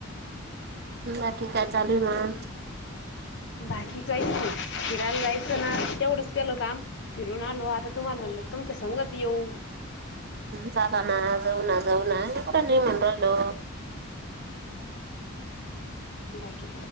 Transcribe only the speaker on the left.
बाकी काहीच नाही, फिरायला जायचं ना तेवढंच केलं काम, फि घेऊन आलो आता, तुम्हाला म्हणलं तुमच्या संगत येऊ.
बाकी